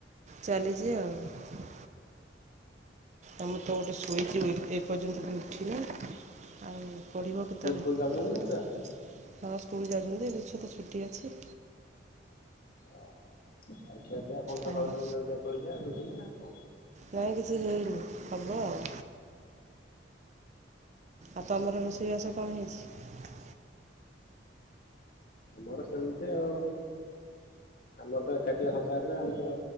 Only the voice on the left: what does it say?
ସ୍କୁଲ ଫୁଲ ଯାଉଛନ୍ତି ନା ଛୁଆ?
ଓ ହୋ ଉ। ିଆ କଣ ସକାଳ
ତମ ଜଳିଆ ପଳଳିଆ ଦଉଛନ୍ତି ନା? ହୁଁ।
ଆମର ସେମିତି ଆଉ ଆମର ତ ଏକାଠିଆ ସଂସାରରେ ଆମର